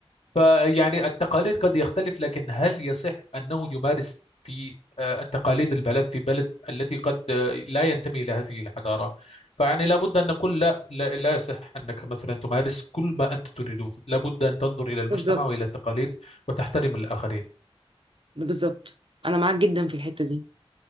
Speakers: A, on the left; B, on the right.
A: فيعني التقاليد قد يختلف لكن هل يصح أنه يمارس في آه، التقاليد البلد في بلد التي قد آه، لا ينتمي إلى هذه الحضارة فيعني لابد أن نقول لا لا, لا يصح أنك مثلا تمارس كل ما أنت تريده لابد أن تنظر إلى المجتمع
B: بالظبط
A: وإلى التقاليد وتحترم الآخرين
B: بالظبط أنا معاك جدا في الحتة دي